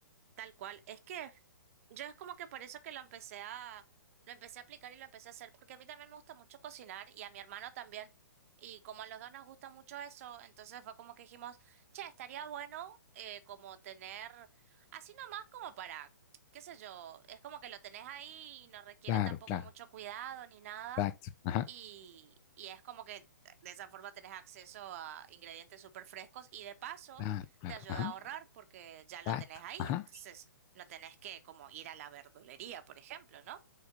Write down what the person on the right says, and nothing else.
tal cual. Es que yo es como que por eso que lo empecé a, lo empecé a aplicar y lo empecé a hacer, porque a mí también me gusta mucho cocinar y a mi hermano también. Y como a los dos nos gusta mucho eso, entonces fue como que dijimos, che, estaría bueno eh, como tener, así nomás como para, qué sé yo, es como que lo tenés ahí y no requiere
tampoco
mucho cuidado ni nada.
Y, y es como que de esa forma tenés acceso a ingredientes súper frescos y de paso
te ayuda
a ahorrar porque ya lo
tenés ahí,
entonces no tenés que como ir a la verdulería, por ejemplo, ¿no?